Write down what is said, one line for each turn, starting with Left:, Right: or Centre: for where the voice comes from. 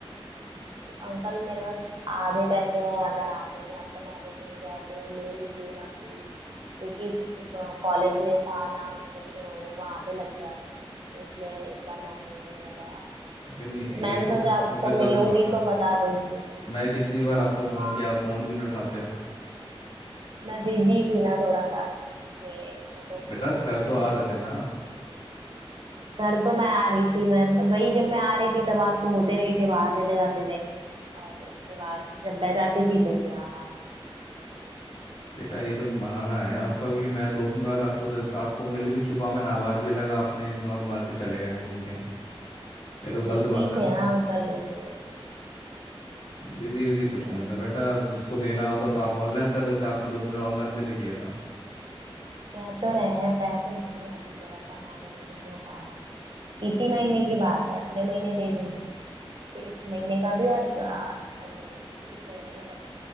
Right: अंकल मेरे पास आधे पैसे हैं अगर आधे में आपका मैनेज हो जाए तो ले लीजिए बाकी क्योंकि कॉलेज में था ना तो तो वहां पे लग गया इसलिए इस बार मैनेज नहीं हो पाया
Left: लेकिन नहीं ये
Right: मैंने
Left: तो
Right: सोचा आपको
Left: बेटा
Right: मिलूंगी
Left: गलत बात है
Right: तो
Left: ना
Right: बता दूंगी
Left: मैं कितनी बार आपको
Right: हाँ,
Left: फ़ोन किया आप फ़ोन भी नहीं उठाते हो
Right: मैं बिजी थी ना थोड़ा सा इसलिए मैं तो
Left: बेटा घर
Right: क्या
Left: तो आ
Right: ही
Left: रहे
Right: बताऊँ
Left: थे ना आप
Right: घर तो मैं आ रही थी मैं मतलब वही जब मैं आ रही थी तब आप होते नहीं थे बाहर चले जाते थे और उसके बाद जब मैं जाती थी तो फिर आप आते थे।
Left: बेटा ये तो बहाना है आपका क्योंकि मैं दो तीन बार आपको आपको मिल भी चुका हूं, मैंने आवाज़ भी लगा आपने इग्नोर मार के चले गए घूम के ये तो
Right: तो
Left: गलत
Right: बिजी
Left: बात है
Right: थे
Left: ना
Right: ना अंकल इसलिए
Left: बिजी बिजी कुछ
Right: थोड़ा
Left: नहीं होता बेटा जिसको देना होता तो आप ऑनलाइन कर देते आपने दो तीन बार ऑनलाइन भी तो किया था
Right: कह तो रहे हैं पैसे नहीं है अभी थोड़ा सा मैनेज नहीं हो पा रहा है इसी महीने की बात है अगले महीने दे दूंगी फिर इस महीने का भी और आ, अगले महीने पिछले महीने मतलब